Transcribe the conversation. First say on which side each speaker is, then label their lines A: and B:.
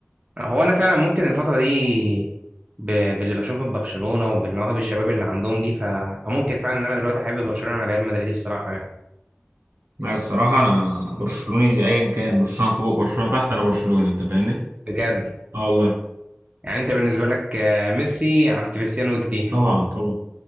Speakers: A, on the right (about 30°); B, on the right (about 80°).
A: هو انا فعلا ممكن الفتره دي ب... باللي بشوفه في برشلونه وبالمواهب الشباب اللي عندهم دي ف... فممكن فعلا ان انا دلوقتي احب برشلونه عن ريال مدريد الصراحه يعني
B: لا الصراحه انا برشلوني ايا كان برشلونه فوق برشلونه تحت انا برشلوني انت فاهمني
A: بجد
B: اه والله
A: يعني انت بالنسبه لك آه، ميسي عن كريستيانو كتير
B: طبعا طبعا